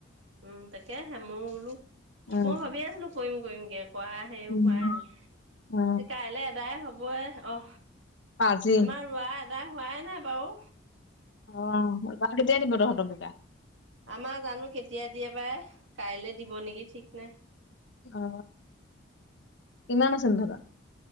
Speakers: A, on the right (about 75°); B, on the left (about 65°).
A: উম' তাকেহে মইও বোলো।
B: উম
A: মই ভাবিয়ে আছিলো কৰিম কৰিম কে, কৰা হেৰি
B: উম
A: হোৱাই নাই।
B: অ
A: কাইলে এদায় হবই অ।
B: আজি।
A: আমাৰ ৰোৱা এদাই হোৱাই নাই বাও।
B: অ তহঁতৰ কেতিয়া দিব তহঁতৰ বোকা।
A: আমাৰ জানো কেতিয়া দিয়ে বা, কাইলে দিব নেকি ঠিক নাই।
B: অ কিমান আছে নো তহঁতৰ।